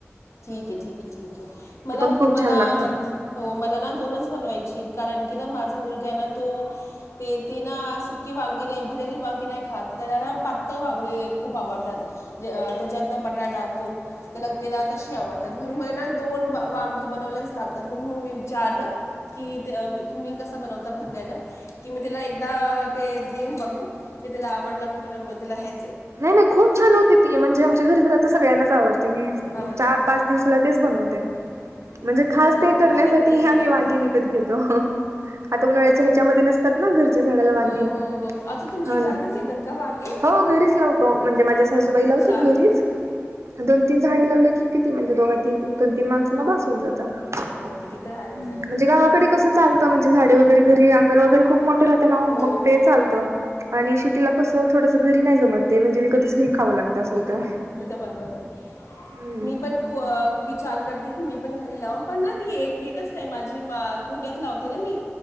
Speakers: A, on the left (about 80°); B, on the right (about 75°).
A: ठीक आहे ठीक आहे ठीक आहे. मला
B: खूप
A: मला
B: छान लागतं
A: हो मला ना दोनच बनवायचीत कारण कि माझ मुलगा आहे ना तो, ते ना सुकी वांगी नाही भरली वांगी नाही खात. त्याला ना पा तळ वांगे खूप आवडतात. त्याच्यात ना बटाटा टाकून त्याला त्याला तशी आवडतात. म्हणून मला ना दोन वांगी बनव यलाच लागतात म्हणून मी विचारलं कि तुम्ही कसा बनवता भरलेलं, कि मी तेला एकदा ते देऊन बघू. कि तेला आवडलं का तर म तेला हे
B: नाही नाही खूप छान हो ती म्हणजे आमच्या घरी घरा तर सगळ्यांनाच आवडते. मी
A: आवडतं
B: चार पाच दिवसाला तेच बनवते.
A: <unintelligible>
B: म्हणजे खास ते करण्यासाठी
A: आता मी तेच बनवणार
B: आम्ही वांगी विकत घेतो. आता उन्हाळ्याच्या ह्याच्यामध्ये नसतात ना घरच्या झाडाला वांगी
A: हो हो हो अच्छा तुमच्या
B: हा
A: घरातच
B: ना.
A: येतात का वांगे
B: हो घरीच लावतो म्हणजे माझ्या सासूबाई
A: हो खूप
B: लावतात
A: छान
B: घरीच,
A: आहेत
B: दोन तीन झाडे लावल ल की किती म्हणजे दोघा त दोन तीन माणसांना बास होऊन जात. हम्म
A: हो तिथं राहायचं
B: म्हणजे गावाकडे कस चालतं, म्हणजे झाडे वगैरे घरी अंगण वगैरे खूप मोठं राहतं ना ओ
A: हो
B: मग तेच चालत आणि सिटीला कसं थोडं घरी जमतच नाही ना म्हणजे विकतच घेऊन खावं लागतं असं
A: विकम
B: होतं.
A: तिथ बरबर हाय.
B: हम्म
A: मी पण ख विचार करते की मी पण घरी लाव पण ना ती येतच नाही माझी, कुंड्यात लावते ना मी.